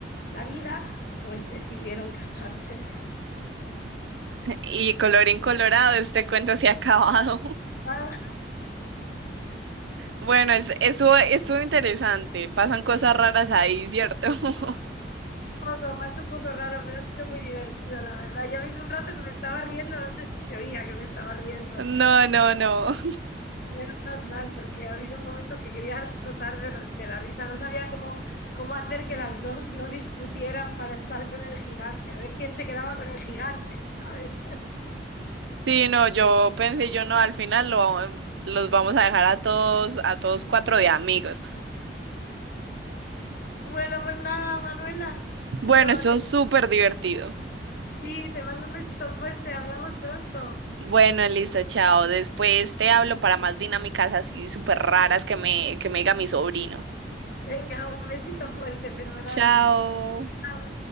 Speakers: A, on the left; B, on the right.
A: la vida, pues decidieron casarse.
B: Y colorín colorado, este cuento se ha acabado. <laughs>
A: Ah,
B: Bueno, es, estuvo, estuvo interesante. Pasan cosas raras ahí, ¿cierto? <laughs>
A: un poco, pasa un poco raro, pero ha sido muy divertido, la verdad. Yo ha habido un rato que me estaba riendo, no sé si se oía que me estaba riendo.
B: No, no, no.
A: Menos mal, porque ha habido un momento que quería explotar de, de la risa. No sabía cómo, cómo hacer que las dos no discutieran para estar con el gigante, a ver quién se quedaba con el gigante, ¿sabes? <laughs>
B: Sí, no, yo pensé, yo no, al final lo, vam- los vamos a dejar a todos, a todos cuatro de amigos.
A: Bueno, pues nada, Manuela.
B: Bueno,
A: No,
B: eso
A: te-
B: es súper divertido.
A: sí, te mando un besito fuerte, hablamos pronto.
B: Bueno, listo, chao. Después te hablo para más dinámicas así súper raras que me, que me diga mi sobrino.
A: Venga, un besito fuerte, fenomenal.
B: Chao.
A: Chao.